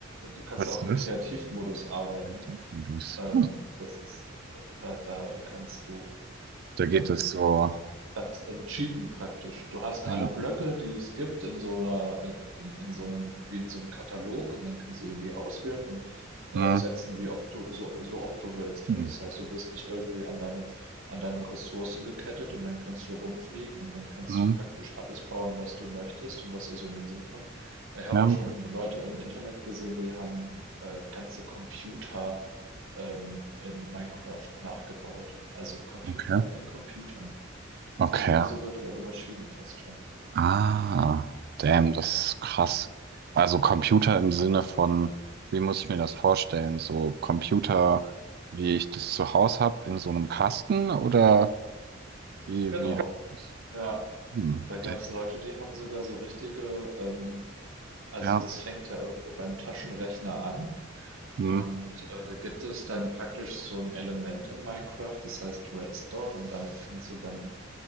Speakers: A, on the right; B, on the right.
A: du kannst
B: was
A: auch im
B: ist das?
A: Kreativmodus arbeiten.
B: Tiefendusch.
A: Ähm,
B: Hm.
A: das ist, da, da kannst du,
B: Da
A: ähm,
B: geht es so.
A: also das ist dann Cheaten praktisch. Du hast
B: Ja.
A: alle Blöcke, die es gibt, in so einer, in, in so einem, wie in so einem Katalog und dann kannst du die auswählen und äh,
B: Hm.
A: setzen, wie oft du, so, so oft du willst.
B: Hm.
A: Also das heißt, du bist nicht irgendwie an deine, an deine Ressourcen gekettet und dann kannst du rumfliegen und dann kannst
B: Hm.
A: du praktisch alles bauen, was du möchtest und was dir so in den Sinn kommt. Ich habe
B: Ja,
A: auch schon Leute im Internet gesehen, die haben äh, ganze Computer ähm, in Minecraft nachgebaut. Also Computer
B: okay.
A: in Computern.
B: Okay.
A: Wie, wie so virtuelle Maschinen fast schon.
B: Ah, damn, das ist krass. Also Computer im Sinne von, wie muss ich mir das vorstellen? So Computer, wie ich das zu Hause habe, in so einem Kasten oder wie,
A: Genau.
B: wie läuft das?
A: Ja,
B: Hm,
A: da gab
B: damn.
A: es Leute, die haben sogar so richtige, ähm, also
B: Ja,
A: das fängt ja irgendwo beim Taschenrechner an.
B: hm,
A: Und äh, da gibt es dann praktisch so ein Element in Minecraft, das heißt Redstone, und damit kannst du dann